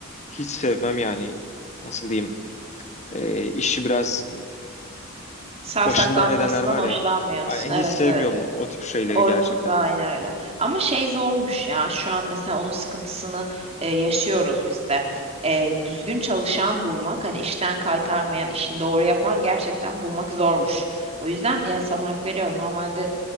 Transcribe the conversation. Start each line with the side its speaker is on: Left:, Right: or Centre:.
Left: hiç sevmem yani nasıl diyeyim e, işi biraz
Right: Savsaklanmasından
Left: başından edenler var
Right: hoşlanmıyorsun.
Left: ya ay,
Right: Evet
Left: hiç sevmiyorum
Right: evet.
Left: o, o tip şeyleri
Right: Oytun
Left: gerçekten.
Right: da aynı öyle. Ama şey zormuş ya. Şu an mesela onun sıkıntısını e, yaşıyoruz biz de. E, düzgün çalışan bulmak, hani işten kaytarmayan, işini doğru yapan gerçekten bulmak zormuş. O yüzden ya sana hak veriyorum. Normalde